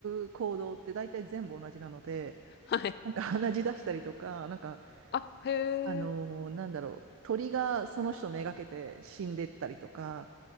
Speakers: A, on the right; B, on the left.
A: う行動って大体全部同じなので、
B: はい。
A: なんか鼻血出したりとか、なんか、
B: あ、へ
A: あの、
B: え。
A: なんだろう、鳥がその人めがけて死んでったりとか、